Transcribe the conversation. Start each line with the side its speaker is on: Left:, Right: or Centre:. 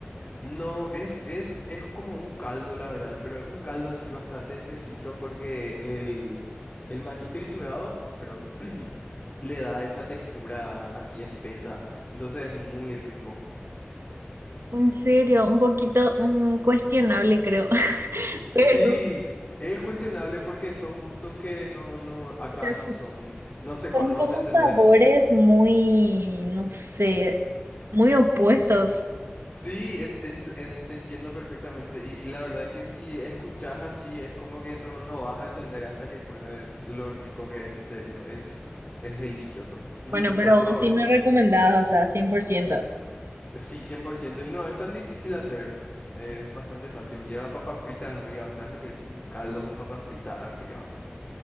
Left: No, es, es, es como un caldo, la verdad, pero es un caldo así bastante espesito porque el, el maní triturado, perdón, <clears throat> le da esa textura así espesa, entonces es muy rico. <laughs>
Right: En serio, un poquito mm, cuestionable, creo. <laughs> Pero,
Left: Sí, es cuestionable porque son gustos que no, no, acá
Right: o sea,
Left: no
Right: sí
Left: son, no se conocen,
Right: son como
Left: ¿entendés?
Right: sabores muy, no sé, muy opuestos.
Left: Sí, en- en- en- te entiendo perfectamente. Y la verdad que si escuchas así, es como que no, no vas a entender hasta que pruebes lo rico que es en serio. Es, es delicioso. <laughs> Mis
Right: Bueno, pero
Left: platos
Right: vos
Left: favoritos.
Right: sí me recomendabas, o sea, cien por ciento
Left: Sí, cien por ciento Y no, es tan difícil hacer. Es bastante fácil. Lleva papa frita arriba. ¿Sabes lo que es? Un caldo con papa frita arriba.